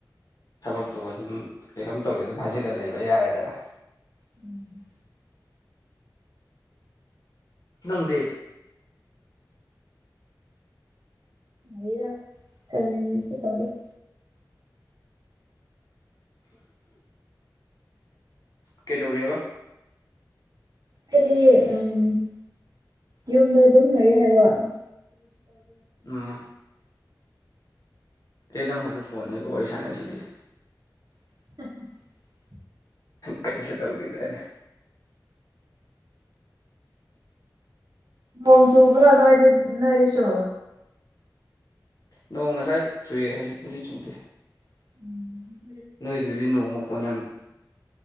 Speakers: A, on the left; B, on the right.
A: ꯊꯕꯛꯇꯨ ꯑꯗꯨꯝ ꯀꯩꯅꯣꯝ ꯇꯧꯔꯤ ꯑꯗꯨꯝ ꯍꯥꯏꯖꯤꯗ ꯂꯩꯕ ꯌꯥꯔꯦꯗꯅ
B: ꯎꯝ
A: ꯅꯪꯗꯤ
B: ꯔ ꯆꯅꯤ ꯄ ꯇꯔ <inaudible> <unintelligible>
A: ꯀꯩꯗꯧꯔꯦꯕ
B: ꯍꯥꯏꯗꯤ ꯎꯝ ꯌꯨꯝꯗ ꯑꯗꯨꯝ ꯂꯩꯒꯦ ꯍꯥꯏꯕꯔꯤ
A: ꯎꯝ ꯑꯦ ꯅꯪ ꯍꯧꯖꯤꯛ ꯐꯣꯟ ꯅꯒ ꯋꯥꯔꯤ ꯁꯥꯟꯅꯔꯤꯁꯤꯗꯤ
B: ꯎ <inaudible>
A: ꯀꯩꯁꯨ ꯇꯧꯗꯗꯅꯤ
B: ꯃꯪꯖꯨꯄ ꯂ ꯋꯥꯅꯅ ꯁ
A: ꯅꯣꯡ ꯉꯁꯥꯏ ꯆꯨꯌꯦ ꯍꯧꯖꯤꯛꯄꯨꯗꯤ ꯆꯨꯗꯦ
B: ꯎꯝ <inaudible>
A: ꯅꯣꯏꯗꯨꯗꯤ ꯅꯣꯡꯃ ꯈꯣꯡ ꯌꯥꯝ